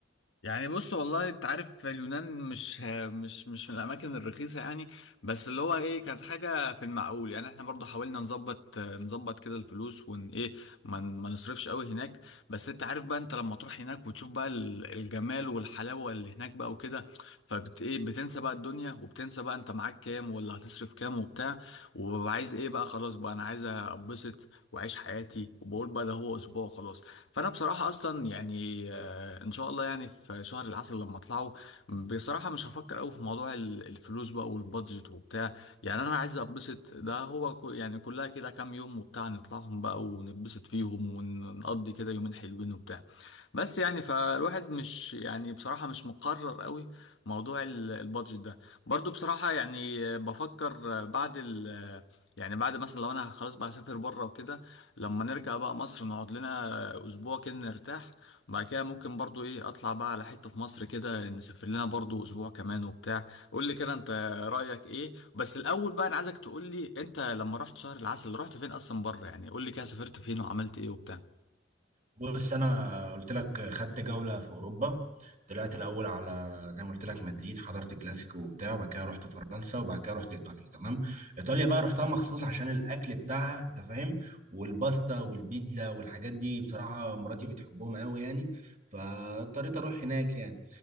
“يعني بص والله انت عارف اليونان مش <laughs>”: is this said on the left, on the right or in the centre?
Left